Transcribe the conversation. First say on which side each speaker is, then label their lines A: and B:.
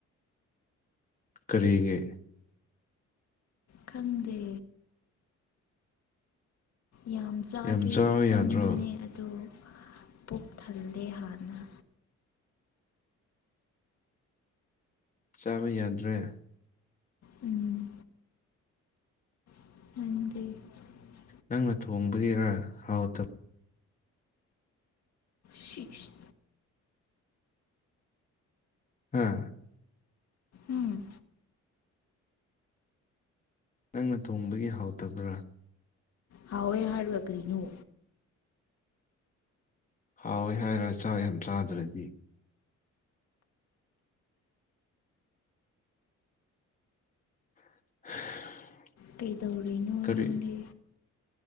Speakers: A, on the left; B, on the left.
A: ꯀꯔꯤꯒꯦ
B: ꯀꯟꯗꯦ ꯌꯥꯝ ꯆꯥꯒꯦꯗꯤ
A: ꯌꯥꯝ ꯆꯥꯕ
B: ꯈꯟꯕꯅꯦ
A: ꯌꯥꯗ꯭ꯔꯣ
B: ꯑꯗꯣ ꯄꯨꯛ ꯊꯜꯂꯦ ꯍꯥꯏꯅ
A: ꯆꯥꯕ ꯌꯥꯗ꯭ꯔꯦ
B: ꯎꯝ ꯑꯗꯄꯒꯤ
A: ꯅꯪꯅ ꯊꯣꯡꯕꯒꯤꯔꯥ ꯍꯥꯎꯇꯕ
B: ꯁꯤꯁ
A: ꯍꯥ
B: ꯎꯝ
A: ꯅꯪꯅ ꯊꯣꯡꯕꯒꯤ ꯍꯥꯎꯇꯕ꯭ꯔꯥ
B: ꯍꯥꯎꯋꯦ ꯍꯥꯏꯔꯒ ꯀꯔꯤꯅꯣ
A: ꯍꯥꯎꯋꯦ ꯍꯥꯏꯔꯒ ꯆꯥꯛ ꯌꯥꯝ ꯆꯥꯗ꯭ꯔꯗꯤ <inaudible>
B: ꯀꯩꯗꯧꯔꯤꯅꯣ
A: ꯀꯔꯤ
B: ꯅꯪꯒꯤ